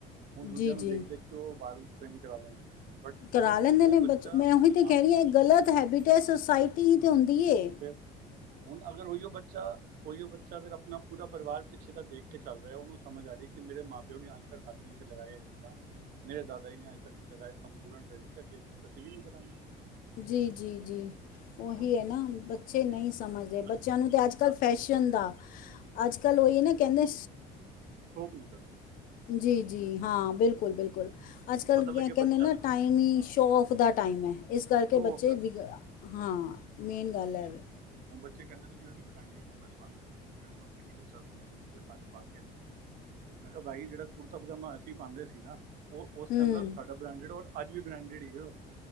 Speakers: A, on the right; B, on the left.
A: ਹੁਣ ਦੂਜਿਆਂ
B: ਜੀ
A: ਨੂੰ
B: ਜੀ
A: ਦੇਖ-ਦੇਖ ਕੇ ਉਹ ਵਾਲ ਪ੍ਰੇਮ ਕਰਵਾ ਲੈਂਦੇ ਨੇ ਬਟ
B: ਕਰਾ
A: ਅਗਰ
B: ਲੈਂਦੇ
A: ਉਹ
B: ਨੇ ਬਚ,
A: ਬੱਚਾ
B: ਮੈਂ ਉਹੀ ਤੇ
A: ਹਾਂ
B: ਕੇਹ ਰਈ ਆ, ਏਹ ਗ਼ਲਤ ਹੈਬਿਟ ਏ, ਸੋਸਾਇਟੀ ਈ ਤੇ ਹੁੰਦੀ ਐ।
A: ਫੇਰ, ਹੁਣ ਅਗਰ ਉਹੀਓ ਬੱਚਾ ਓਈਓ ਬੱਚਾ ਅਗਰ, ਆਪਣਾ ਪੂਰਾ ਪਰਿਵਾਰ ਪਿੱਛੇ ਦਾ ਦੇਖ ਕੇ ਚੱਲ ਰੇਆ, ਉਹਨੂੰ ਸਮਝ ਆ ਰਈ, ਕਿ ਮੇਰੇ ਮਾਂ ਪਿਓ ਨੇ <unintelligible> ਅਸੀਂ ਤੇ ਲਗਾਏ ਏਹ <unintelligible> ਮੇਰੇ ਦਾਦਾ ਜੀ ਨੇ ਅੱਜ ਤੱਕ ਲਗਾਏ ਸੰਪੂਰਨ <unintelligible> ਨੀ ਲਗੇ। ਅਸੀਂ ਵੀ ਨੀ ਕਰਾਂਗੇ।
B: ਜੀ-ਜੀ-ਜੀ, ਔਹੀ
A: ਉਹੀ ਰੀਜ਼ਨ
B: ਹੈ ਨਾ ਬ ਬੱਚੇ ਨਈ ਸਮਝਦੇ, ਬੱਚਿਆਂ
A: ਬੱਚੇ
B: ਨੂੰ ਤੇ ਅੱਜ ਕੱਲ੍ਹ
A: ਜਾਣੇ
B: ਫੈਸ਼ਨ
A: ਬਹੁਤ ਜ਼ਰੂਰੀ।
B: ਦਾ, ਅੱਜ ਕੱਲ੍ਹ ਉਈਏ ਨਾ ਕੇਂਦੇ
A: ਸੋ ਪੀਸਦ।
B: ਜੀ-ਜੀ ਹਾਂ, ਬਿਲਕੁਲ-ਬਿਲਕੁਲ, ਅੱਜ
A: ਹੁਣ
B: ਕੱਲ੍ਹ
A: ਪਤਾ ਲੱਗੇ
B: ਕ ਕਹਿੰਦੇ
A: ਬੱਚਾ
B: ਨਾ, ਟਾਈਮ ਈ
A: ਹਾਂ
B: ਸ਼ੌ ਫ ਦਾ ਟਾਈਮ ਐ, ਇਸ ਕਰਕੇ
A: ਸ਼ੋ
B: ਬੱਚੇ
A: ਆਫ ਦਾ
B: ਵਿ,
A: ਟਾਈਮ
B: ਹਾਂ ਮੇਨ ਗੱਲ ਏਹ ਵੇ।
A: ਹੁਣ ਬੱਚੇ ਕੇਨਦੇ ਨੇ ਜੀ ਅਸੀਂ ਬਰੈਂਡੀਡ ਕੱਪੜੇ ਪਾਣੇ ਨੇ, ਮੈਂ ਹੋਰ ਕੋਈ ਰੀਲ ਚਲ ਰੇਆ, ਜੋ ਸਾਰੇ ਪਾ ਕੇ ਆਣ। ਮੈਂ ਕਿਹਾ ਬਾਈ ਜਿਹੜਾ ਕੁੜਤਾ ਪਜਾਮਾ ਅਸੀਂ ਪਾਂਦੇ ਸੀ ਨਾ ਉਹ ਉਸ
B: ਹੂੰ
A: ਟਮ ਦਾ ਸਾਡਾ ਬ੍ਰਾਂਡਡ ਔਰ ਅੱਜ ਵੀ ਬ੍ਰਾਂਡਡ ਹੀ ਉਹ